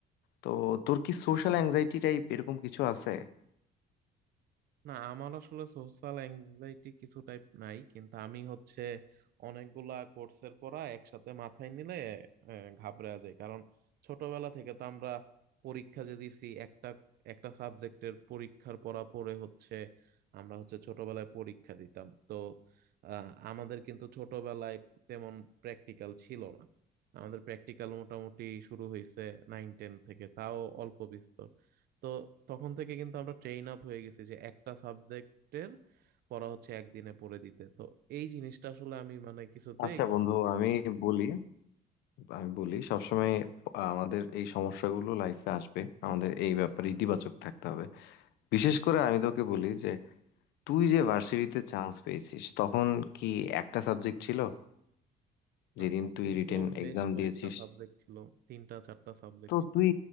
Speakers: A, on the left; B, on the right.
A: তো তোর কি সোশ্যাল অ্যাংজাইটি টাইপ এরকম কিছু আছে
B: না আমার আসলে সোশ্যাল অ্যাংজাইটি কিছু টাইপ নাই কিন্তু আমি হচ্ছে অনেকগুলা কোর্সের পড়া একসাথে মাথায় নিলে ঘাবড়ে যায় কারণ ছোটবেলা থেকে তো আমরা পরীক্ষা যে দিছি একটা একটা সাবজেক্টের পরীক্ষার পড়া পড়ে হচ্ছে আমরা হচ্ছে ছোটবেলায় পরীক্ষা দিতাম তো আহ, আমাদের কিন্তু ছোটবেলায় তেমন প্র্যাকটিক্যাল ছিল না আমাদের প্র্যাকটিক্যাল মোটামুটি শুরু হয়েছে নাইন টেন থেকে তাও অল্প বিস্তর তো তখন থেকে কিন্তু আমরা ট্রেন আপ হয়ে গেছি যে একটা সাবজেক্টের পড়া হচ্ছে একদিনে পড়ে দিতে তো এই জিনিসটা আসলে আমি মানে কিছুতেই
A: আচ্ছা বন্ধু
B: আমার মধ্যে
A: আমি বলি আমি বলি সবসময় আমাদের এই সমস্যাগুলো লাইফে আসবে আমাদের এই ব্যাপারে ইতিবাচক থাকতে হবে বিশেষ করে আমি তোকে বলি যে তুই যে ভার্সিটিতে চান্স পেয়েছিস তখন কি একটা সাবজেক্ট ছিল
B: না
A: যেদিন
B: তখন
A: তুই রিটেন
B: তো বেশ
A: এক্সাম
B: কয়েকটা
A: দিয়েছিস
B: সাবজেক্ট ছিল তিনটা চারটা সাবজেক্ট
A: তো
B: ছিল
A: তুই